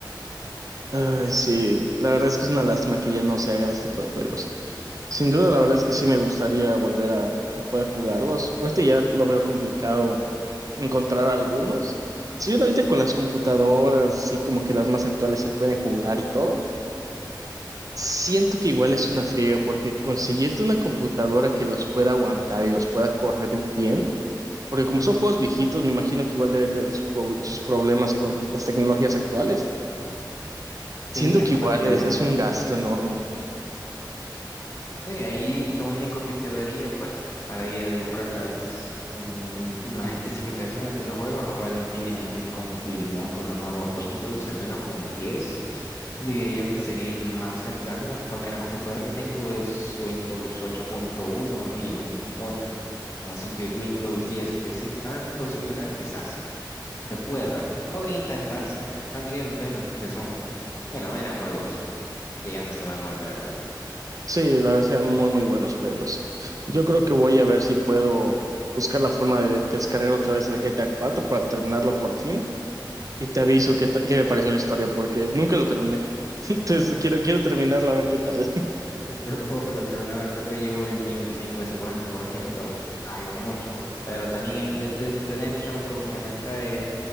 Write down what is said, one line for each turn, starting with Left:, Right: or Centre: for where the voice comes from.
Right: Ay, sí, la verdad es que es una lástima que ya no se hagan este tipo de juegos. Sin duda, la verdad es que sí me gustaría volver a, a poder jugarlos. Ahorita ya lo veo complicado encontrar algunos. Si bien ahorita con las computadoras, así como que las más actuales se pueden jugar y todo, siento que igual es una friega porque conseguirte una computadora que los pueda aguantar y los pueda correr bien, porque como son juegos viejitos, me imagino que igual debe tener su pro- sus problemas con las tecnologías actuales. Siento
Left: Sí, la
Right: que
Left: compatibilidad.
Right: igual es, es un gasto enorme.
Left: Sí, ahí lo único que quedaría, pues, estaría de buscar las, um, las especificaciones de los juegos, a ver si tienen alguna compatibilidad con los nuevos Windows, al menos con el diez Diría yo que sería el más cercano, porque la computadora que tengo es Windows ocho punto uno y aún corre. Así que Windows 10 que es un tanto similar, quizás se pueda. Podría intentarse, valdría la pena, porque son, bueno, eran juegos que ya no se van a volver a ver.
Right: Sí, la verdad, son muy, muy buenos juegos. Yo creo que voy a ver si puedo buscar la forma de descargar otra vez el GTA cuatro para terminarlo por fin. Y te aviso qué, ta- qué me pareció la historia, porque nunca lo terminé. <laughs> Entonces quiero, quiero terminarla a ver qué tal.
Left: Pues, Yo tampoco lo he terminado, creo que llevo el 25 o 50%, a lo mucho. Pero también el Red Dead Redemption como que me trae